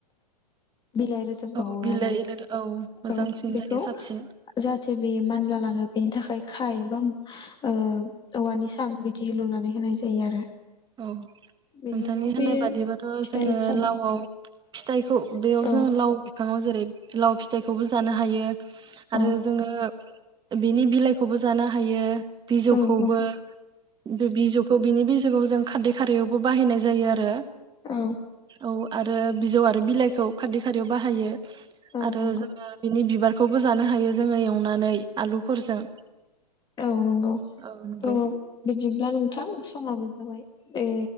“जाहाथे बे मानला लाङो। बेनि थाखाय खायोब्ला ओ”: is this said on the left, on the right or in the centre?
Left